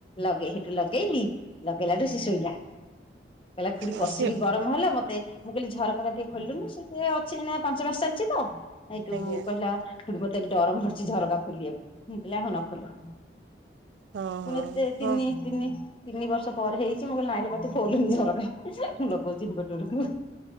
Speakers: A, on the left (about 30°); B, on the right (about 80°).
A: ଲଗେଇ ହେଠୁ ଲଗେଇଲିି ଲଗେଇଲାଠୁ ସେ ଶୋଇଲା। କହିଲା ଖୁଡି
B: ଆଉ
A: କସିକି
B: ସିଏ
A: ଗରମ ହେଲା ମୋତେ ମୁଁ କହିଲି ଝରକା ଟିକେ ଖୋଲିଲୁନି ସେ ଟିକେ ଅଛି ଏନା ପାଞ୍ଚ ମାସ ଚାଲିଛି ତ। ସେଇଠୁ
B: ଆଜ୍ଞା
A: କହିଲା ଖୁଡୀ ମୋତେ ଡର ମାଡୁଚି ଝରକା ଖୋଲିବାକୁ ମୁଁ କହିଲି ହୋଉ ନ ଖୋଲ।
B: ହଁ
A: ପୁଣି
B: ହଁ
A: ଏତେ
B: ହଁ।
A: ତିନି ତିନି ତିନି ବର୍ଷ ପରେ ହେଇଛି ମୁଁ କହିଲି ନାଇଁଲେ ମୋଟେ ଖୋଲନି ଝରକା। <unintelligible> ଲଗାଉଛି ଇନଭଟରରୁ।